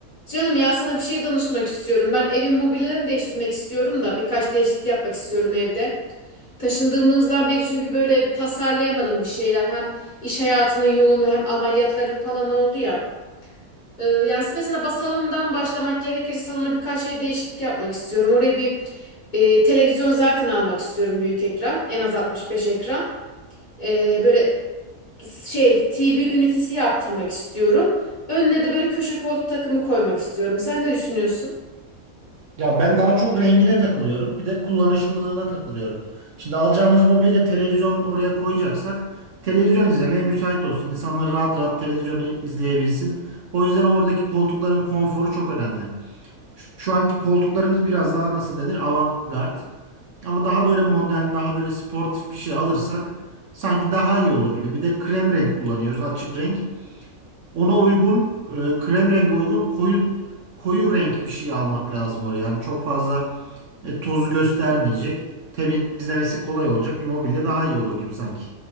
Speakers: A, on the left; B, on the right.
A: Canım ya sana bir şey danışmak istiyorum. Ben evin mobilyalarını değiştirmek istiyorum da birkaç değişiklik yapmak istiyorum evde. Taşındığımızdan beri çünkü böyle tasarlayamadım bir şeyler. Hem iş hayatının yoğunluğu hem ameliyatlarım falan oldu ya. Ee, yani mesela bas salondan başlamak gerekirse salona birkaç şey değişiklik yapmak istiyorum. Oraya bir e, televizyon zaten almak istiyorum büyük ekran. En az 65 ekran. Ee, böyle şey TV ünitesi yaptırmak istiyorum. Önüne de böyle köşe koltuk takımı koymak istiyorum. Sen ne düşünüyorsun?
B: Ya ben daha çok rengine takılıyorum. Bir de kullanışlılığına takılıyorum. Şimdi alacağımız mobilya televizyon oraya koyacaksak televizyon izlemeye müsait olsun. İnsanlar rahat rahat televizyon i- izleyebilsin. O yüzden oradaki koltukların konforu çok önemli. Şu anki koltuklarımız biraz daha nasıl denir? Avantgard. Ama daha böyle modern, daha böyle sportif bir şey alırsak sanki daha iyi olur gibi. Bir de krem renk kullanıyoruz, açık renk. Ona uygun e, krem rengi uygun koyu koyu renk bir şey almak lazım oraya. Yani çok fazla e, tozu göstermeyecek. Temizlemesi kolay olacak bir mobilya daha iyi olur gibi sanki.